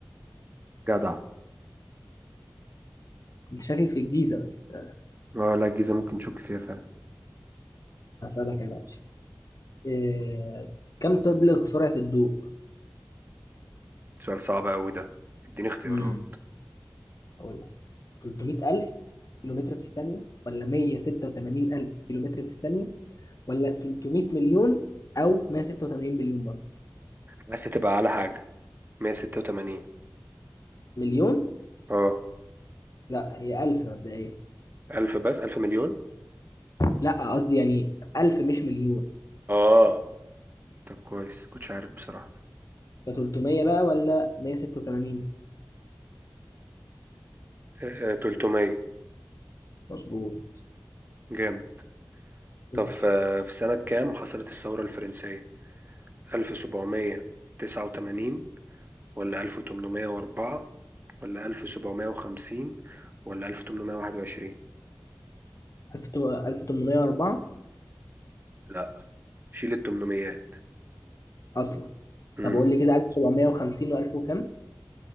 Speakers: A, on the right (about 30°); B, on the left (about 50°).
A: جدع
B: كنت شاكك في الجيزة بس
A: اه لا الجيزة ممكن تشك فيها فعلا
B: هسألك انا ماشي إيه... كم تبلغ سرعة الضوء؟
A: سؤال صعب قوي ده اديني اختيارات
B: امم اقول لك 300000 كيلومتر في الثانية ولا 186000 كيلومتر في الثانية ولا 300 مليون او 186 مليون برضه
A: بس تبقى على حاجة 186
B: مليون
A: اه
B: لا هي 1000 مبدئيا
A: ألف بس ألف مليون
B: لا قصدي يعني 1000 مش مليون
A: اه طب كويس كنتش عارف بصراحة
B: ده 300 بقى ولا 186
A: آه، 300
B: مظبوط
A: جامد طب
B: اسأل
A: في آه، في سنة كام حصلت الثورة الفرنسية 1789 ولا 1804 ولا 1750 ولا 1821
B: 1804
A: لا شيل التمنميات
B: أصلا
A: امم
B: طب قول لي كده 1750 و1000 وكام